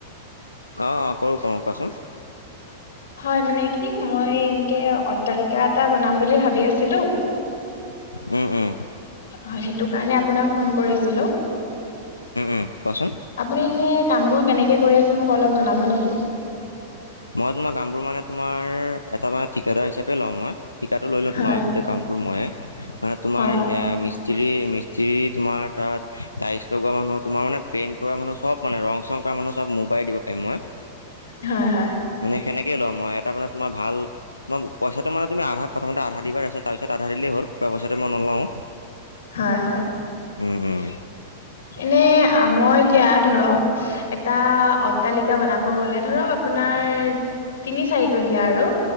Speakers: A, on the left; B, on the left.
A: অ', কৰো, কৰো কোৱাচোন?
B: হয়, মানে কি মই এনেকে অট্টালিকা এটা বনাম বুলি ভাবি আছিলোঁ।
A: উম, উম।
B: হয়, সেইটো কাৰণে আপোনাক ফোন কৰিছিলোঁ।
A: অহ, কোৱাচোন।
B: আপুনি এনে কামবোৰ কেনেকে কৰি আছে মোক অলপ জনাব নেকি?
A: মই তোমাৰ কামবোৰ মানে তোমাৰ এটা মানে ঠিকাদাৰ হিচাপে লওঁ মই। ঠিকাটো লৈ লওঁ
B: হয়
A: তোমাৰ গোটেই কামটো ময়ে মানে তোমাৰ
B: হয় হয়
A: মি মি্ত্ৰী মি্ত্ৰী তোমাৰ তাত টাইলছ লগোৱা মানুহ তোমাৰ মানে পেইণ্ট কৰা মানুহ সব মানে ৰং চং কৰা মানুহ চব মোৰ পৰাই দিব পাৰিম মই।
B: হয় হয়।
A: মানে সেনেকেই লওঁ মই এটা মানে তোমাৰ ভাল মই পইচাটো মানে তুমি আধা প্ৰথমতে আধা দিবাছা তাৰপিছত আধা দিলেই হ'ল বা পইচাটো মই নলওঁ।
B: হয় হয়।
A: উম, উম।
B: এনে আ, মই এতিয়া ধৰক এটা অট্টালিকা বনাব হলে ধৰক আপোনাৰ তিনি চাৰিতলীয়া আৰু।